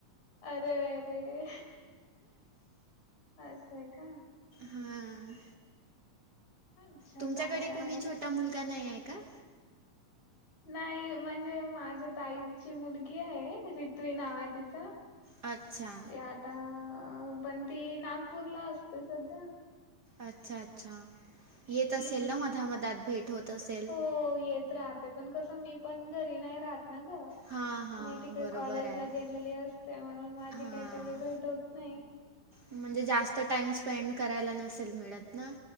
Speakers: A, on the left (about 85°); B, on the right (about 40°).
A: अरे अरे असं आहे का.
B: हां
A: अच्छा
B: तुमच्याकडे
A: चांगलं आहे
B: कोणी छोटा मुलगा नाही आहे का.
A: नाही म्हणजे माझ्या ताईची मुलगी आहे रित्वी नाव आहे तिचं.
B: अच्छा.
A: ते आता पण ती नागपूरला असते सध्या.
B: अच्छा अच्छा येत असेल
A: हम्म
B: ना मधामधात भेट होत असेल.
A: हो येत राहते पण कसं मी पण घरी नाही राहत ना ग.
B: हां हां
A: मी तिकडे
B: बरोबर
A: कॉलेजला
B: आहे
A: गेलेली असते म्हणून माझी
B: हां
A: काही तेवढी भेट होत नाही.
B: म्हणजे जास्त टाइम स्पेंड करायला नसेल मिळत ना.